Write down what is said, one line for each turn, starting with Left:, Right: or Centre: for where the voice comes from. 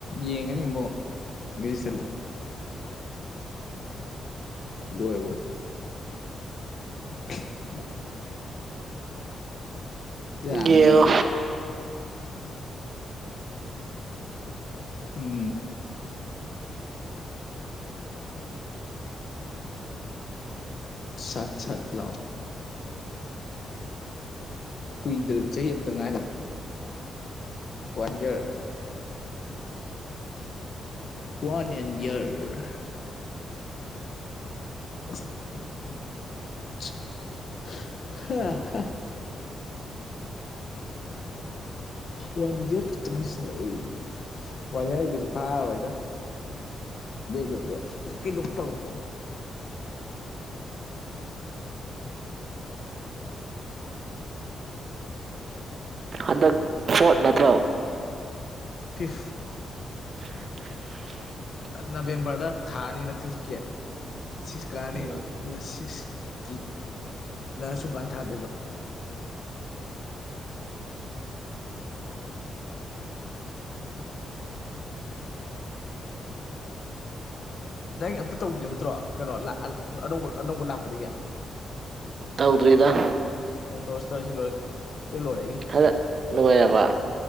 Left: ꯌꯦꯡꯉꯅꯤ ꯕꯣ ꯒꯔꯦꯖ꯭ꯋꯦꯁꯟ ꯂꯣꯏꯔꯕꯣ <unintelligible> ꯌꯥꯝ
Right: ꯌꯦꯡꯉꯣ
Left: ꯌꯥꯎꯋꯦ ꯎꯝ ꯁꯠ ꯁꯠ ꯂꯥꯎꯅ ꯀꯨꯏꯗ ꯆꯍꯤ ꯑꯃꯇꯪ ꯉꯥꯏꯔ one year one and year <unintelligible> one year ꯈꯠꯇ ꯉꯥꯏꯁꯜꯂꯛꯑꯦ ꯋꯥꯟ ꯏꯌꯔꯗꯤ ꯀꯩꯁꯨ ꯐꯥꯔꯔꯣꯏꯗ ꯕꯦꯛ ꯂꯣꯏꯕꯒ ꯀꯩꯅꯣꯝ ꯇꯧꯕ
Right: ꯍꯟꯗꯛ ꯐꯣꯔꯠ ꯅꯠꯇ꯭ꯔꯣ
Left: ꯐꯤꯐꯠ
Right: <unintelligible>
Left: ꯑꯥ ꯅꯕꯦꯝꯕꯔꯗ ꯊꯥꯅꯤꯅ ꯐꯤꯐꯀꯤ ꯁꯤꯛꯁ ꯀꯥꯅꯤꯕ
Right: ꯎꯝ
Left: ꯑꯗꯨꯒ ꯁꯤꯛꯁ ꯒꯤꯠꯅ ꯁꯨꯝꯀꯥꯟ ꯊꯥꯗꯣꯢꯕ ꯅꯪꯒꯤ ꯑꯝꯇ ꯇꯧꯗ꯭ꯔꯤꯕ ꯅꯠꯇ꯭ꯔꯣ ꯀꯩꯅꯣ ꯂꯥꯛ ꯑꯅꯧꯕ ꯑꯅꯧꯕ ꯂꯥꯛꯄꯗꯒꯤ
Right: ꯇꯧꯗ꯭ꯔꯤꯗ
Left: ꯑꯣ ꯇꯧꯔꯁꯤ ꯇꯧꯔꯁꯤ ꯁꯤ ꯂꯣꯏꯔꯒ ꯁꯤꯅ ꯂꯣꯏꯔꯦ ꯑꯩꯒꯤ
Right: ꯍꯟꯗꯛ ꯅꯨꯡꯉꯥꯏꯌꯦꯕ